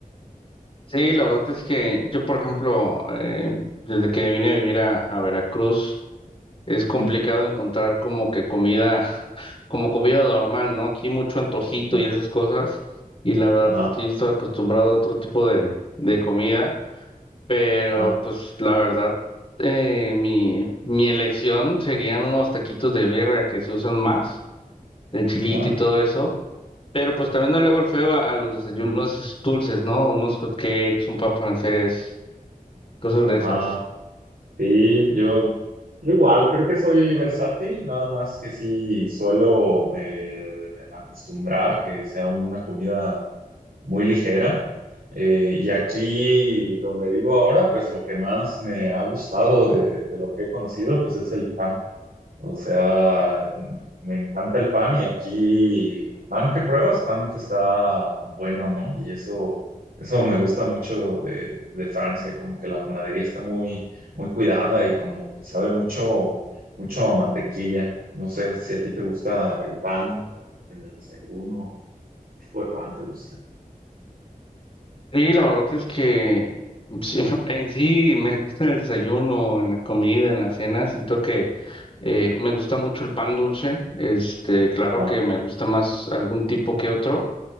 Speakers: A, on the left; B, on the right.
A: Sí, la verdad es que yo, por ejemplo, eh, desde que vine a vivir a, a Veracruz, es
B: Ujú.
A: complicado encontrar como que comida, <laughs> como comida normal, ¿no? Aquí mucho antojito
B: <laughs>
A: y esas cosas. Y la verdad
B: Ajá,
A: es que yo estaba acostumbrado a otro tipo de, de comida. Pero
B: ajá,
A: pues la verdad, eh, mi, mi elección serían unos taquitos de birria que se usan más, el chilito
B: ajá,
A: y todo eso. Pero pues también no le hago el feo a, a los desayunos dulces, ¿no? Unos hot cakes, un pan francés, cosas
B: ajá.
A: de esas.
B: Sí, yo, yo igual, creo que soy versátil, nada más que sí suelo eh, acostumbrar que sea una comida muy ligera. Eh, y aquí donde vivo ahora, pues lo que más me ha gustado de, de lo que he conocido, pues es el pan. O sea, me encanta el pan y aquí pan que pruebas, pan que está bueno, ¿no? Y eso, eso me gusta mucho de, de Francia, como que la panadería está muy, muy cuidada y como que sabe mucho, mucho a mantequilla. No sé si a ti te gusta el pan en el desayuno, qué tipo de pan te gusta.
A: Y la verdad es que sí, <laughs> en sí me gusta en el desayuno, en la comida, en la cena. Siento que eh, me gusta mucho el pan dulce. Este, claro
B: Ah.
A: que me gusta más algún tipo que otro